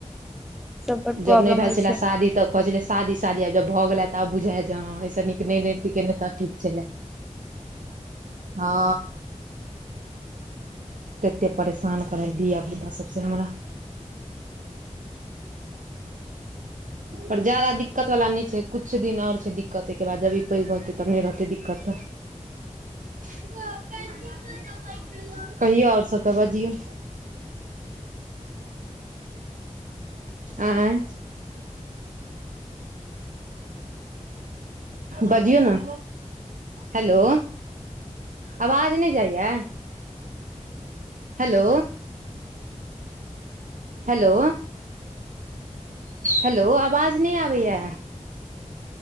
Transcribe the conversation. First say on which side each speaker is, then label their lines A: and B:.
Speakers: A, in the centre; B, on the right (about 90°).
A: सब बड
B: जब
A: प्रॉब्लम
B: नय भेल
A: होइ
B: छलै
A: छै
B: शादी तब कहै छलियै शादी शादी आब जब भऽ गेलै तऽ आब बुझाइ हे जे हँ ऐसे नीक नय रहिति कैने तऽ ठीक छेलै हँ तेते परेशान करै हे धिया पुता सबसे हमरा पर जादा दिक्कत वला नय छै कुछ दिन आओर छै दिक्कत ओ एहिके बाद जभी पैघ भऽ जेतै तब नय रहतै दिक्कत। <inaudible> कहियौ आओर सभ तऽ बजियौ आँय बजियौ न हेलो आवाज नय जाइये हेलो हेलो हेलो आवाज नय आबै ये